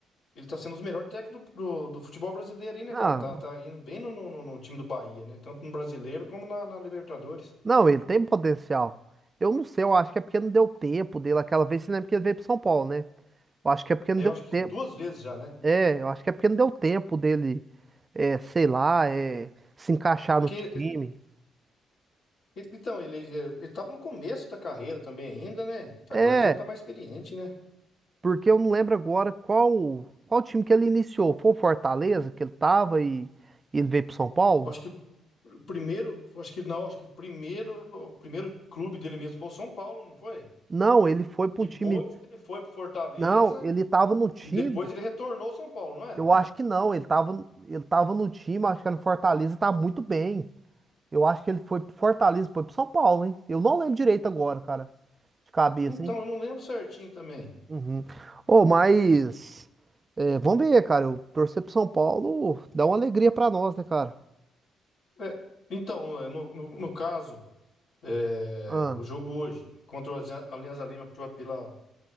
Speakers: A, on the left; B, on the right.
A: Ele tá sendo os melhores técnicos do, do, do futebol brasileiro aí, né,
B: Não,
A: cara? Tá, tá indo bem no, no, no- no time do Bahia, né? Tanto no brasileiro como na na Libertadores.
B: não, ele tem potencial. Eu não sei, eu acho que é porque não deu tempo dele aquela vez, você lembra que ele veio pro São Paulo, né? Eu acho que é porque
A: É,
B: não deu
A: eu acho que
B: tempo.
A: duas vezes já, né?
B: É, eu acho que é porque não deu tempo dele é, sei lá, é, se encaixar
A: Porque,
B: no time.
A: e- então, ele, é, ele tava no começo da carreira também ainda, né? Agora
B: É,
A: ele já tá mais experiente, né?
B: porque eu não lembro agora qual qual time que ele iniciou. Foi o Fortaleza que ele tava e, e ele veio pro São Paulo?
A: Eu acho que o primeiro, eu acho que não, acho que o primeiro, o primeiro clube dele mesmo foi o São Paulo, não foi?
B: Não, ele foi para
A: Depois
B: um time.
A: ele foi pro Fortaleza
B: Não, ele tava no time.
A: e depois ele retornou ao São Paulo, não é?
B: Eu acho que não, ele tava, ele tava no time, acho que era no Fortaleza e tá muito bem. Eu acho que ele foi pro Fortaleza, e foi pro São Paulo, hein? Eu não lembro direito agora, cara, de cabeça,
A: Então,
B: hein?
A: eu não lembro certinho também.
B: Uhum. Ô, mas é, vamos ver, cara. Eu torcer pro São Paulo dá uma alegria pra nós, né, cara?
A: É, então, no, no, no caso, é,
B: Ah,
A: o jogo hoje contra o Alianza Alianza Lima pela,